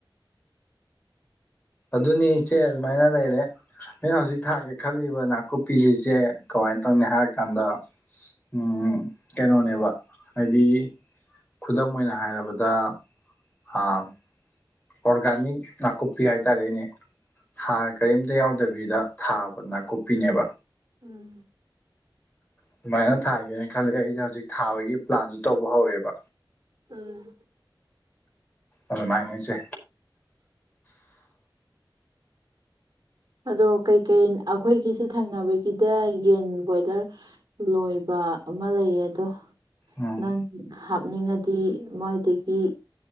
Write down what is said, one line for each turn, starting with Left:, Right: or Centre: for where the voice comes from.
Left: ꯑꯗꯨꯅꯤ ꯏꯆꯦ ꯑꯗꯨꯃꯥꯏꯅ ꯂꯩꯔꯦ ꯑꯩꯅ ꯍꯧꯖꯤꯛ ꯊꯥꯒꯦ ꯈꯜꯂꯤꯕ ꯅꯥꯀꯨꯞꯄꯤꯁꯤꯁꯦ ꯀꯃꯥꯏꯅ ꯇꯧꯅꯤ ꯍꯥꯏꯔ ꯀꯥꯟꯗ ꯎꯝ ꯀꯩꯅꯣꯅꯦꯕ ꯍꯥꯏꯗꯤ ꯈꯨꯗꯝ ꯑꯣꯏꯅ ꯍꯥꯏꯔꯕꯗ ꯍꯥꯔ ꯑꯣꯔꯒꯥꯅꯤꯛ ꯅꯥꯀꯨꯞꯄꯤ ꯍꯥꯏꯇꯥꯔꯦꯅꯦ ꯍꯥꯔ ꯀꯔꯤꯝꯇ ꯌꯥꯎꯗ ꯗꯕꯤꯗ ꯊꯥꯕ ꯅꯥꯀꯨꯞꯄꯤꯅꯦꯕ
Right: ꯎꯝ
Left: ꯑꯗꯨꯃꯥꯏꯅ ꯊꯥꯒꯦꯅ ꯈꯜꯂꯤ ꯑꯩꯁꯦ ꯍꯧꯖꯤꯛ ꯊꯥꯕꯒꯤ ꯄ꯭ꯂꯥꯟꯁꯨ ꯇꯧꯕ ꯍꯧꯔꯦꯕ
Right: ꯎꯝ
Left: ꯑꯗꯨꯃꯥꯏꯅ ꯏꯆꯦ
Right: ꯑꯗꯣ ꯀꯩꯀꯩ ꯑꯩꯈꯣꯏꯒꯤꯁꯤ ꯊꯪꯅꯕꯒꯤꯗ ꯌꯦꯟ ꯕꯣꯏꯂꯔ ꯂꯣꯏꯕ ꯑꯃ ꯂꯩꯌꯦ ꯑꯗꯣ
Left: ꯎꯝ
Right: ꯅꯪ ꯍꯥꯞꯅꯤꯡꯉꯗꯤ ꯃꯣꯏꯗꯒꯤ